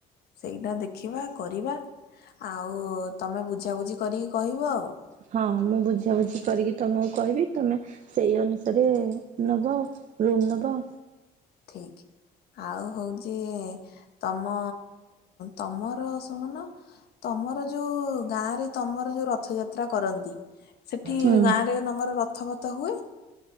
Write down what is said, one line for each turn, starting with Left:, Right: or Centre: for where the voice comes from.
Left: ସେଇଟା ଦେଖିବା କରିବା। ଆଉ ତମେ ବୁଝାବୁଝି କରିକି କହିବ ଆଉ।
Right: ହଁ ମୁଁ ବୁଝାବୁଝି କରିକି ତମକୁ କହିବି ତମେ ସେଇ ଅନୁସାରେ ନବ ରୁମ ନବ।
Left: ଠିକ ଆଉ ହଉଚି ତମ ତମର ଶୁଣୁନ ତମର ଯୋଉ ଗାଁରେ ତମର ଯୋଉ ରଥଯାତ୍ରା କରନ୍ତି। ସେଠି
Right: ହୁଁ।
Left: ଗାଁ ରେ ତମର ରଥପଥ ହୁଏ?